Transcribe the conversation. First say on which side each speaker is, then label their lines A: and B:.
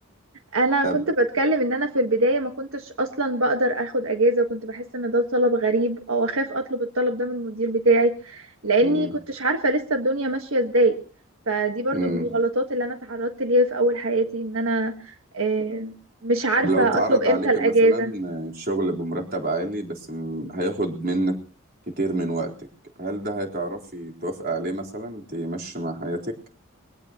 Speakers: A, on the right; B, on the right.
A: انا
B: طب
A: كنت بتكلم ان انا في البداية ما كنتش اصلا بقدر اخد اجازة وكنت بحس ان ده طلب غريب او اخاف اطلب الطلب ده من المدير بتاعي لاني
B: مم.
A: كنتش عارفة لسه الدنيا ماشية ازاي فدي برضو
B: مم.
A: من الغلطات اللي انا تعرضت ليها في اول حياتي ان انا آه، مش عارفة
B: طب لو اتعرض
A: اطلب امتى
B: عليك
A: الاجازة
B: مثلا شغل بمرتب عالي بس م- هياخد منك كتير من وقتك هل ده هتعرفي توافقي عليه مثلا تمشي مع حياتك